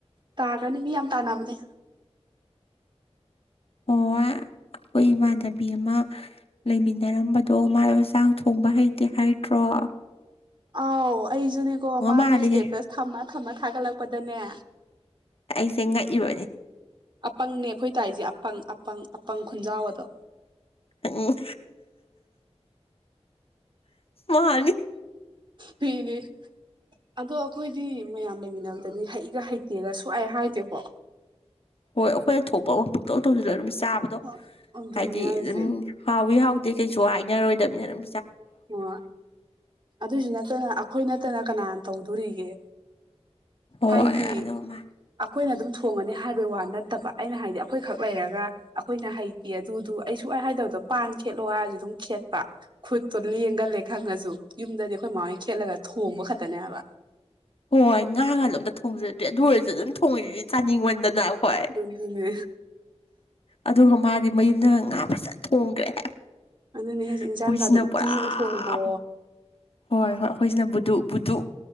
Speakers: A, on the right; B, on the left.
A: ꯇꯥꯔ꯭ꯔꯅꯤ ꯃꯤ ꯌꯥꯝ ꯇꯥꯟꯅꯕꯅꯦ
B: ꯑꯣ ꯑꯩꯈꯣꯏ ꯏꯃꯥꯟꯅꯕꯤ ꯑꯃ ꯂꯩꯃꯤꯟꯅꯔꯝꯕꯗꯣ ꯃꯥꯏ ꯆꯥꯛ ꯊꯣꯡꯕ ꯍꯩꯇꯦ ꯍꯥꯏꯇ꯭ꯔꯣ ꯋꯥ
A: ꯑꯥꯎ ꯑꯩꯁꯨꯅꯦꯀꯣ ꯃꯥꯒꯤ
B: ꯃꯥꯜꯂꯦꯍꯦ
A: ꯏꯁꯇꯦꯇꯁ ꯊꯝꯃ ꯊꯝꯃ ꯊꯥꯒꯠꯂꯛꯄꯗꯅꯦ
B: ꯑꯩꯁꯦꯡꯉꯥꯏ ꯏꯕꯅꯤ
A: ꯑꯄꯪꯅꯦ ꯑꯩꯈꯣꯏ ꯇꯥꯏꯔꯤꯁꯦ ꯑꯄꯪ ꯑꯄꯪ ꯑꯄꯪ ꯈꯨꯟꯖꯥꯎ ꯑꯗꯣ
B: ꯎ ꯎ ꯃꯥꯅꯤ
A: ꯐꯅꯦ ꯑꯗꯣ ꯑꯩꯈꯣꯏꯗꯤ ꯃꯌꯥꯝ ꯂꯩꯃꯤꯟꯅꯕꯗꯗꯤ ꯍꯩꯒ ꯍꯩꯇꯦꯒ ꯁꯨꯥꯏ ꯍꯥꯏꯗꯦꯀꯣ
B: ꯍꯣꯏ ꯑꯩꯈꯣꯏꯅ ꯊꯣꯛꯄ ꯑꯃ ꯄꯣꯛꯇꯧ ꯇꯧꯁꯤꯂ ꯑꯗꯨꯝ ꯆꯥꯕꯗꯣ
A: ꯍꯣꯏ ꯑꯗꯨꯅꯦ
B: ꯍꯥꯏꯗꯤ
A: ꯍꯥꯏꯖꯦ
B: ꯑꯗꯨꯝ ꯍꯥꯎꯋꯤ ꯍꯥꯎꯏ ꯀꯩꯁꯨ ꯍꯥꯏꯅꯔꯣꯏꯗꯕꯅꯤꯅꯝ
A: ꯑꯣ ꯑꯗꯨꯁꯨ ꯅꯠꯇꯅ ꯑꯩꯈꯣꯏ ꯅꯠꯇꯅ ꯀꯅꯥꯅ ꯇꯧꯗꯣꯔꯤꯒꯦ
B: ꯍꯣꯏ
A: ꯍꯥꯏꯗꯤ
B: ꯑꯗꯣ ꯃꯥ
A: ꯑꯩꯈꯣꯏꯅ ꯑꯗꯨꯝ ꯊꯣꯡꯉꯅꯤ ꯍꯥꯏꯕꯩ ꯋꯥ ꯅꯠꯇꯕ ꯑꯩꯅ ꯍꯥꯏꯗꯤ ꯑꯩꯈꯣꯏꯈꯛ ꯂꯩꯔꯒ ꯑꯩꯈꯣꯏꯅ ꯍꯩꯇꯦ ꯑꯗꯨꯗꯨ ꯑꯩꯁꯨ ꯄꯥꯏ ꯍꯥꯏꯗꯕꯗꯣ ꯄꯥꯟ ꯈꯦꯠꯂꯣ ꯍꯥꯏꯔꯁꯨ ꯑꯗꯨꯝ ꯈꯦꯠꯄ ꯈꯨꯠ ꯂꯦꯡꯒꯜꯂꯦ ꯈꯪꯉꯁꯨ ꯌꯨꯝꯗꯗꯤ ꯑꯩꯈꯣꯏ ꯃꯃꯥꯏꯒꯤ ꯈꯦꯠꯂꯒ ꯊꯣꯡꯕ ꯈꯛꯇꯅꯦ ꯍꯥꯏꯕ
B: ꯍꯣꯏ ꯉꯥꯒ ꯑꯗꯨꯣ ꯑꯝꯇ ꯊꯣꯡꯖꯗ꯭ꯔꯦ ꯑꯗꯨ ꯑꯣꯏꯔꯁꯨ ꯑꯗꯨꯝ ꯊꯣꯡꯉꯤꯗꯨꯗꯤ ꯆꯥꯅꯤꯡꯃꯟꯗꯅ ꯑꯩꯈꯣꯏ
A: ꯑꯗꯨꯅꯦ
B: ꯑꯗꯨꯒ ꯃꯥꯗꯤ ꯃꯌꯨꯝꯗ ꯉꯥ ꯐꯖꯅ ꯊꯣꯡꯈ꯭ꯔꯦ
A: ꯑꯗꯨꯅꯦ ꯍꯧꯖꯤꯛ
B: ꯑꯩꯈꯣꯏꯁꯤꯅ
A: ꯏꯟꯁꯥꯡ ꯀꯗꯣ ꯎꯠꯇꯤ
B: ꯄꯨꯔꯥ
A: ꯎ ꯊꯣꯡꯕꯣ
B: ꯍꯣꯏ ꯍꯣꯏ ꯑꯩꯈꯣꯏꯁꯤꯅ ꯕꯨꯗꯨ ꯕꯨꯗꯨ